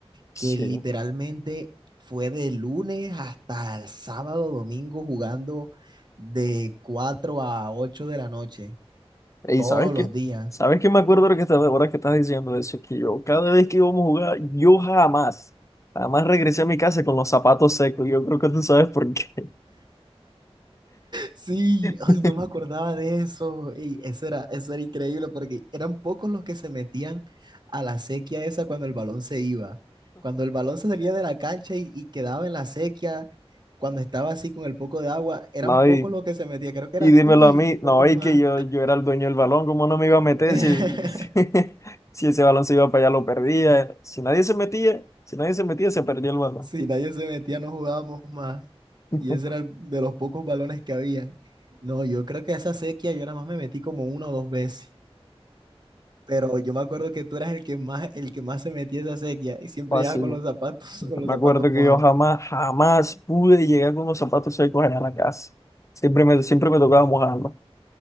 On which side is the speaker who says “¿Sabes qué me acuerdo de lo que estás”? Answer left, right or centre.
Left